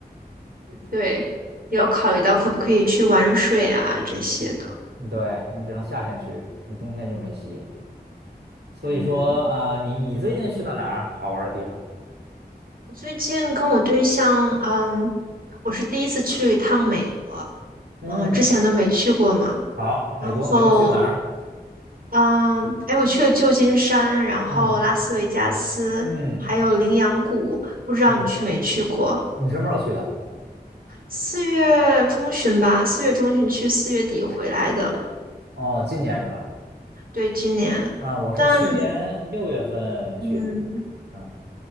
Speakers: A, on the right; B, on the right.
A: 对，也要考虑到可不可以去玩水啊这些的。
B: 嗯对，你只能夏天去，你冬天就没戏了。所以说啊、
A: 嗯，
B: 你你最近去到哪儿好玩儿的地方？
A: 我最近跟我对象，嗯，我是第一次去一趟美国，
B: 嗯，
A: 嗯，之前都没去过嘛。
B: 好，
A: 然后，
B: 美国，美国去哪儿？
A: 嗯，哎，我去了旧金山，然后拉斯维加斯，
B: 嗯嗯
A: 还有羚羊谷，不知道你去没去过？
B: 嗯，你什么时候去的？
A: 四月中旬吧，四月中旬去，四月底回来的。
B: 哦，今年是吧？
A: 对，今年，
B: 啊，我是去年六月份去的。
A: 但嗯，
B: 嗯